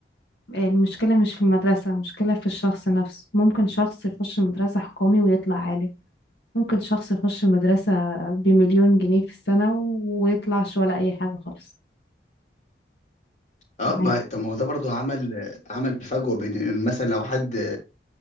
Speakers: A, on the left; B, on the left.
A: المشكلة مش في المدرسة المشكلة في الشخص نفسه ممكن شخص يخش مدرسة حكومي ويطلع عالم ممكن شخص يخش مدرسة بمليون جنيه في السنة ويطلعش ولا أي حاجة خالص
B: اه ما
A: عادي
B: طب ما هو ده برضو عمل عمل فجوه بين مثلا لو حد